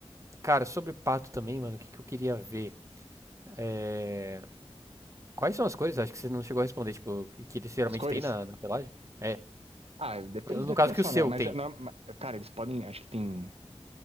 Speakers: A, on the right; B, on the right.
A: cara, sobre pato também, mano, o que, que eu queria ver? É, quais são as cores? Acho que você não chegou a responder, tipo, que que eles geralmente
B: As cores?
A: têm na, na pelagem? É,
B: Ah, depende da
A: no
B: criação,
A: caso que o seu
B: né? Mas,
A: tem.
B: não- ma- cara, eles podem. Acho que tem,